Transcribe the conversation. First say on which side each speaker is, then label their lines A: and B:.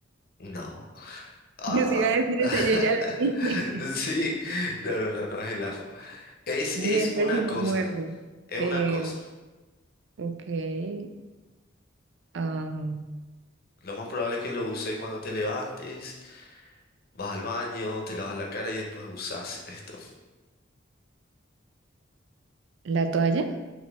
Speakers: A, on the left (about 50°); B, on the right (about 65°).
A: No. Ah.
B: Yo sí iba a decir
A: <laughs>
B: esa, yo ya la dije.
A: Sí. No, no, no, no es el ajo.
B: <laughs>
A: Es,
B: Dientes
A: es una
B: y
A: cosa.
B: no muerde.
A: Es
B: Eh,
A: una cosa.
B: ok. ah,
A: Lo más probable es que lo uses cuando te levantes, vas al baño, te lavas la cara y después usas esto.
B: ¿la toalla?